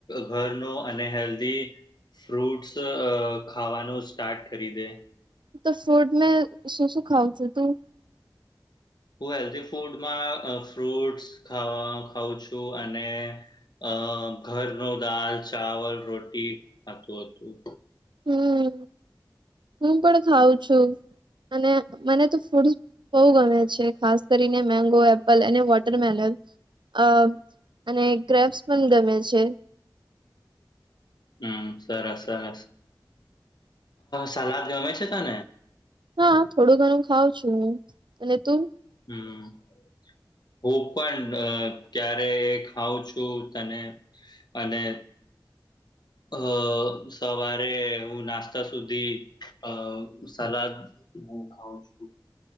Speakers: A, on the left; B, on the right.
A: ઘરનો અને હેલ્ધી ફ્રૂટ્સ અ ખાવાનું સ્ટાર્ટ કરી દે.
B: તો ફૂડ મેં શું શું ખાઉં છું તું?
A: હું હેલ્ધ ફૂડમાં ફ્રૂટસ ખઉં છું અને અ ઘર ન દાલ, ચાવલ, રોટી ખાતું હતું
B: હમ હું પણ ખઉં છું અને મને તો ફૂડસ બઉુ ગમે છે ખાસ કરીને મેંગો, એપલ અને વોટરમેલન અ અને ગ્રેપ્સ પણ ગમે છે.
A: હમ સરસ સરસ, સલાદ ગમે છે તને?
B: હા થોડું ઘણું ખઉં છું હું. અને તું?
A: હમ હું પણ ક્યારે ખઉં છું તને અને
B: <inaudible>
A: અ સવારે હું નાસ્તા સુધી અ સલાદ હું ખાઉ છું